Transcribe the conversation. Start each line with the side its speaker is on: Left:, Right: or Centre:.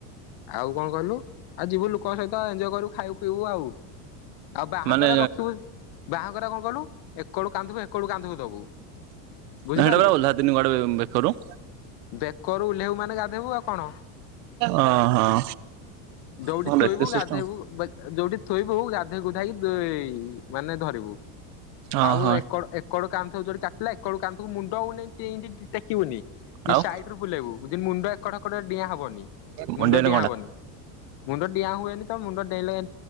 Left: ଆଉ କଣ କହିଲୁ ଆଉ ଯିବୁ ଲୋକଙ୍କ ସହିତ ଏଜୟ କରୁ ଖାଉ ପିଇବୁ ଆଉ। ଆଉ ବାହାଘରା
Right: ମାନେ
Left: ରଖିବୁ ବାହାଘରା କଣ କହିଲୁ ଏକଡୁ କାନ୍ଦଧିବୁ ଏକଡୁ କାନ୍ଦକୁ ଦବୁ। ବୁଝିପାରିଲୁ
Right: ନା ସେଇଟା ବା ଓଲାତିନି କୁଆଡୁ ବେକରୁ।
Left: ବେକରୁ ଓହ୍ଲେଇବୁ ମାନେ ଗାଧେଇବୁ ଆଉ କଣ
Right: ଓହୋ
Left: ଦଉଠି
Right: କଣ
Left: ଥୋଇବୁ
Right: ଏତେ ସିଷ୍ଟମ
Left: ଗାଧୋଇବୁ ଦଉଠି ଥୋଇବୁ ଗାଧୋଇ ଗୁଧାଇି ମାନେ ଧରିବୁ
Right: ଓହୋ
Left: ଆଉ ଏକଡ କଡ କାନ୍ଥ ଯୋ କାଟିଲା କଡ କାଧ ମୁଣ୍ଡ ହଉନ ଟେକିବୁନି
Right: ଆଉ
Left: ସାଇଡୁ ବୁଲେଇବୁ। ମୁଣ୍ଡ ଏକଟକଡ ଡିଆଁ ହବନି
Right: ମୁଣ୍ଡିଆରେ
Left: ମୁଣ୍ଡ ଡିଆଁ ହବନି ମୁଣ୍ଡ ଡିଆଁ ହୁଏନି ତ ମୁଣ୍ଡ ଡେଇଁ